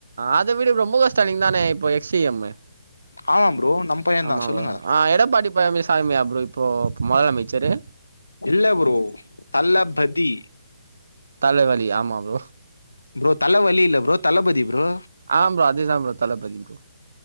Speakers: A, on the right; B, on the left.
A: அத விடு ப்ரோ மு க ஸ்டாலின் தானே இப்ப சி எம் மு
B: ஆமா ப்ரோ நம் பையந்தா
A: ஆமா
B: சொல்லுங்க
A: ப்ரோ ஆ எடப்பாடி <unintelligible> சாமியா ப்ரோ இப்போ முதலமைச்சரு
B: இல்ல ப்ரோ தல்லபதி
A: தலவலி ஆமா ப்ரோ
B: ப்ரோ தல வலி இல்ல ப்ரோ தளபதி ப்ரோ
A: ஆம் ப்ரோ அதுதா ப்ரோ தளபதி பரோ